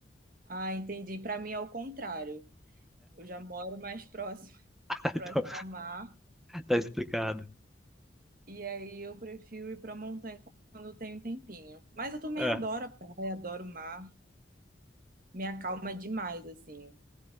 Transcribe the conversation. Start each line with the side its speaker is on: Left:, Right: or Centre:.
Right: Ah, entendi. Para mim é o contrário. Eu já moro mais próximo, <laughs>
Centre: <laughs>
Right: próximo
Centre: Então,
Right: ao mar,
Centre: tá explicado.
Right: e aí eu prefiro ir pra montanha quando eu tenho um tempinho. Mas eu também
Centre: É,
Right: adoro
Centre: <laughs>
Right: a praia, adoro o mar. Me acalma demais, assim.